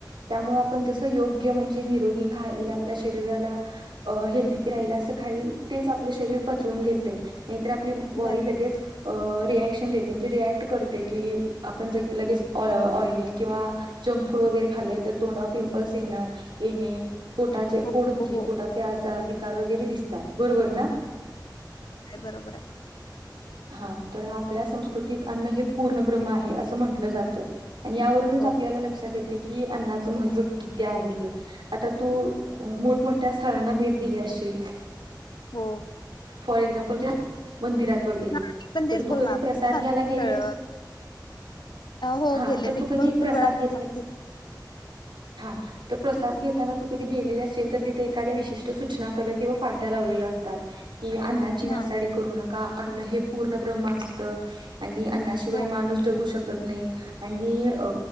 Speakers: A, on the right; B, on the left.
A: त्यामुळे आपण जसं योग्य म्हणजे निरोगी खाईल आपल्या शरीराला हेल्थ राहील असं खाईल तेच आपलं शरीर पचवून घेते नाहीतर आपली बॉडी
B: बर
A: लगेच अ रिॲक्शन देते म्हणजे रिॲक्ट करते की आपण ज लगेच ऑइली किंवा. जंक फूड वगैरे खाल्ले तर तोंडा पिंपल्स ये येणे पोटाचे
B: हो
A: पोटदुखी
B: हो हो
A: पोटा. आजार विकार वगैरे दिसतात बरोबर ना.
B: बरोबर आहे.
A: हम. हा तर आपल्या संस्कृतीत अन्न हे पूर्णब्रह्म आहे असं म्हंटलं जातं आणि यावर.
B: हो
A: आपल्याला लक्षात येते की अन्नाचं महत्त्व किती आहे ते? आता तू मोठमोठ्या स्थळांना भेट दिली आशील
B: हो.
A: फॉर एक्झाम्पल ज्या मंदिरात वगैरे
B: नाही मी पण
A: तर
B: तेच
A: तू
B: बोलणार
A: कधी प्रसाद घ्यायला गेलेस?
B: तळ हो
A: हा
B: गेले
A: तर
B: मी
A: तू कधी
B: भरपूर
A: एक प्रसाद
B: वेळा
A: घेतलाय
B: घेतला.
A: हा? तर प्रसाद घेताना तु कधी गेलेले असशील तर तिथं एखाद्या विशिष्ट सूचना फल किंवा पाट्या लावलेल्या असतं की अन्नाची नासाडी
B: हा
A: करू नका अन्न हे पूर्ण ब्रम्ह असतं आणि अण्णाशिवाय
B: हो
A: माणूस जगू शकत नाही आणि अ